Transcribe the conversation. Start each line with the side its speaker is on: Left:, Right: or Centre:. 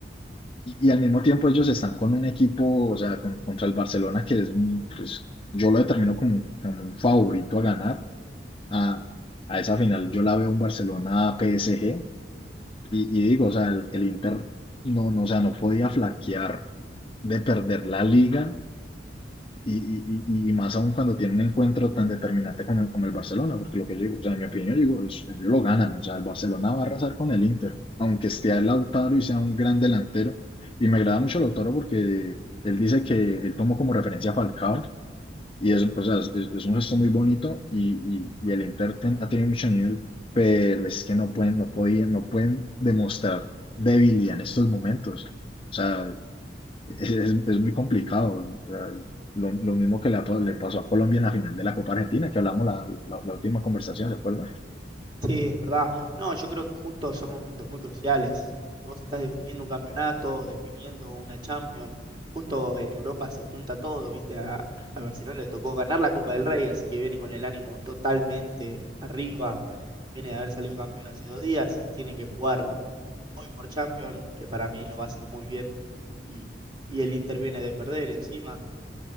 Left: Y, y al mismo tiempo ellos están con un equipo, o sea, con- contra el Barcelona, que es, un- pues, yo lo determino como, un- como un favorito a ganar. A, a esa final yo la veo un Barcelona-PSG y, y digo, o sea, el, el Inter no, no, o sea, no podía flaquear de perder la liga y, y, y, y más aún cuando tiene un encuentro tan determinante con el, con el Barcelona, porque lo que yo digo, o sea, en mi opinión, yo digo, es- ellos lo ganan, o sea, el Barcelona va a arrasar con el Inter, aunque esté el Lautaro y sea un gran delantero. Y me agrada mucho Lautaro porque él dice que él tomó como referencia a Falcao, y es, o sea, es, es un gesto muy bonito, y, y, y el Inter ten- ha tenido mucho nivel, pero es que no pueden, no podían, no pueden demostrar debilidad en estos momentos. O sea, es, es- muy complicado. ¿no? O sea, lo, lo mismo que le, ha pa- le pasó a Colombia en la final de la Copa Argentina, que hablamos la, la- la última conversación, ¿se acuerda?
Right: Sí, es verdad. No, yo creo que justo son momentos muy cruciales. Vos estás definiendo un campeonato, definiendo una Champions. Justo en Europa se junta todo, ¿viste? A, a Barcelona le tocó ganar la Copa del Rey, así que viene con el ánimo totalmente arriba. Viene de haber salido campeón hace dos días. Tiene que jugar hoy por Champions, que para mí lo va a hacer muy bien. Y, y el Inter viene de perder encima.